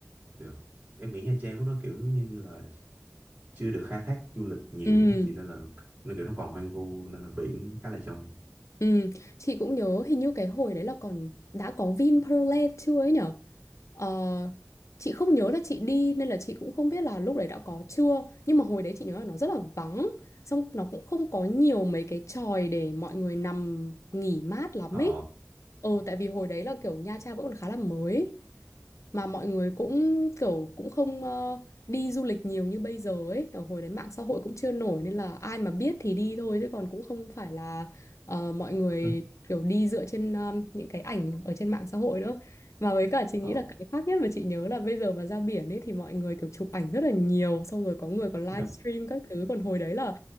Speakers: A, on the right (about 30°); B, on the left (about 70°).
A: được em nghĩ Nha Trang lúc đó kiểu như là chưa được khai thác du lịch nhiều
B: Ừ,
A: đúng không chị nên là nên kiểu nó còn hoang vu nên là biển khá là trong
B: ừ, chị cũng nhớ hình như cái hồi đấy là còn đã có Vinpearl Land chưa ấy nhở? Ờ, chị không nhớ là chị đi nên là chị cũng không biết là lúc đấy đã có chưa nhưng mà hồi đấy chị nhớ là nó rất là vắng xong nó cũng không có nhiều mấy cái chòi để mọi người nằm nghỉ mát lắm
A: ờ
B: ấy ờ tại vì hồi đấy là kiểu Nha Trang vẫn còn khá là mới mà mọi người cũng kiểu cũng không ờ, đi du lịch nhiều như bây giờ ấy ở hồi đấy mạng xã hội cũng chưa nổi nên là ai mà biết thì đi thôi chứ còn cũng không phải là ờ, mọi người
A: <laughs>
B: kiểu đi dựa trên um, những cái ảnh ở trên mạng xã hội nữa mà với cả chị nghĩ
A: ờ
B: là cái khác nhất mà chị nhớ là bây giờ mà ra biển ấy thì mọi người kiểu chụp ảnh rất là nhiều xong rồi có người còn livestream
A: dạ,
B: các thứ còn hồi đấy là